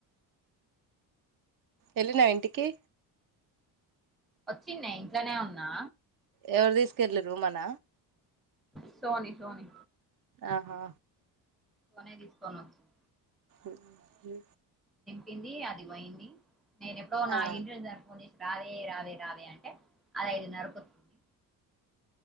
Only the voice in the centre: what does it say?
వొచ్చింన్య ఇంట్లోనే ఉన్నా
సోనీ సోనీ
సోనే దీసుకోనొచ్చిం
నింపింది అది పోయింది నేను ఎప్పుడో <unintelligible>
నా ఫోన్ జేసి రావే రావే రావే అంటే అది ఐదున్నరకు వచ్చింది